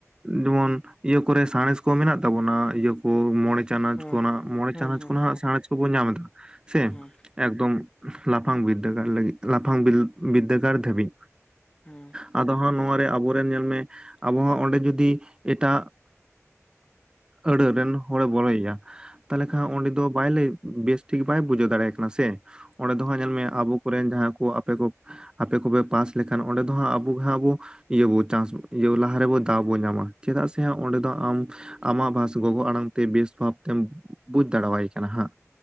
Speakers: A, on the right; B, on the left.
A: ᱡᱮᱢᱚᱱ ᱤᱭᱟᱹ ᱠᱚᱨᱮ ᱥᱟᱬᱮᱥ ᱠᱚ ᱢᱮᱱᱟᱜ ᱛᱟᱵᱚᱱᱟ ᱤᱭᱟᱹ ᱠᱚ ᱢᱚᱬᱮ ᱪᱟᱱᱟᱪ
B: ᱦᱩᱸ
A: ᱠᱷᱚᱱᱟᱜ ᱢᱚᱬᱮ
B: ᱦᱩᱸ
A: ᱪᱟᱱᱟᱪ
B: ᱦᱩᱸ
A: ᱠᱷᱚᱱᱟᱜ
B: ᱦᱩᱸ
A: ᱥᱟᱬᱮᱥ ᱠᱚᱵᱚᱱ ᱧᱟᱢ ᱮᱫᱟ ᱥᱮ
B: ᱦᱩᱸ
A: ᱮᱠᱫᱚᱢ ᱞᱟᱯᱷᱟᱝ ᱵᱤᱫᱽᱫᱟᱹᱜᱟᱲ ᱞᱟᱹᱜᱤᱫ ᱞᱟᱯᱷᱟᱝ ᱵᱤᱫᱽᱫᱟᱹᱜᱟᱲ ᱫᱷᱟᱹᱵᱤᱡ
B: ᱦᱩᱸ
A: ᱟᱫᱚ ᱦᱟᱸᱜ ᱱᱚᱣᱟᱨᱮ ᱟᱵᱚᱨᱮᱱ ᱧᱮᱞ ᱢᱮ ᱟᱵᱚ ᱦᱚᱸ ᱚᱸᱰᱮ ᱡᱩᱫᱤ ᱮᱴᱟᱜ ᱟᱹᱲᱟᱹ ᱨᱮᱱ ᱦᱚᱲᱮ ᱵᱚᱞᱚᱮᱭᱟ ᱛᱟᱦᱞᱮ
B: ᱦᱩᱸ
A: ᱠᱷᱟᱱ ᱚᱸᱰᱮ ᱫᱚ ᱵᱟᱭ ᱞᱟᱹᱭ ᱵᱮᱥᱴᱷᱤᱠ ᱵᱟᱭ ᱵᱩᱡᱷᱟᱹᱣ ᱫᱟᱲᱮᱭᱟᱜ ᱠᱟᱱᱟ ᱥᱮ ᱚᱸᱰᱮ ᱫᱚ ᱦᱟᱸᱜ
B: ᱦᱩᱸ
A: ᱧᱮᱞ ᱢᱮ ᱟᱵᱚ ᱠᱚᱨᱮᱱ ᱡᱟᱦᱟᱸ ᱠᱚ ᱟᱮ ᱠᱚ ᱟᱯᱮ ᱠᱚᱯᱮ ᱯᱟᱥ ᱞᱮᱠᱷᱟᱱ ᱚᱸᱰᱮ ᱫᱚ ᱦᱟᱸᱜ ᱟᱵᱚ ᱜᱮ ᱦᱟᱸᱜ ᱟ ᱵᱚ ᱤᱭᱟᱹᱵᱚ ᱪᱟᱥ ᱤᱭᱟᱹ ᱞᱟᱦᱟᱨᱮᱵᱚ ᱫᱟᱣ ᱵᱚ ᱧᱟᱢᱟ ᱪᱮᱫᱟᱜ ᱥᱮ ᱚᱸᱰᱮ ᱫᱚ ᱟᱢ ᱟᱢᱟᱜ ᱵᱷᱟᱥ ᱜᱚᱜᱚ ᱟᱲᱟᱝ ᱛᱮ ᱵᱮᱥ ᱵᱷᱟᱵ ᱛᱮᱢ ᱵᱩᱡ ᱫᱟᱲᱮᱣᱟᱭ ᱠᱟᱱᱟ ᱦᱟᱸᱜ